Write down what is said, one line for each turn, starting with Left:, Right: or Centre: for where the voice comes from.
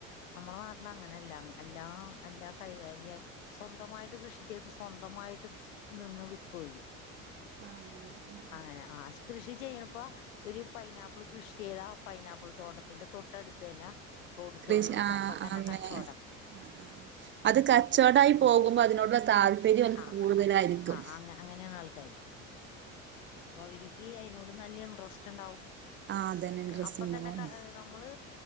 Left: നമ്മളെ നാട്ടിൽ അങ്ങനെല്ലാ എല്ലാം എല്ലാ കൈകാര്യം ചെയ്യാൻ സ്വന്തമായിട്ട് കൃഷി ചെയ്ത് സ്വന്തമായിട്ട് നിന്ന് വിക്കും ഓല്
Right: ആഹ് അങ്ങനെ ആഹ്
Left: അങ്ങനെ ആഹ് കൃഷി ചെയ്യ്ണപ്പ ഒരു പൈനാപ്പിൾ കൃഷി ചെയ്താ പൈനാപ്പിൾ തോട്ടത്തിന്റെ തൊട്ട അടുത്ത് തന്നെ റോഡ്
Right: കൃഷി
Left: സൈഡിലിട്ട്
Right: ആഹ്
Left: അപ്പ തന്നെ
Right: അങ്ങനെ
Left: കച്ചോടം
Right: ആഹ് അത് കച്ചോടായി പോകുമ്പോ അതിനോടുള്ള താല്പര്യം അത്
Left: ആ
Right: കൂടുതലായിരിക്കും
Left: ആ അങ്ങ അങ്ങനെയാണ് ആൾക്കാര് അപ്പൊ അവരിക്ക് അതിനോട് നല്ല ഇൻട്രസ്റ്റ് ഉണ്ടാവും
Right: ആഹ് അതന്നെ ഇൻട്രസ്റ്റ്
Left: അപ്പൊ
Right: ഉണ്ടാവും
Left: തന്നെ ക നമ്മള്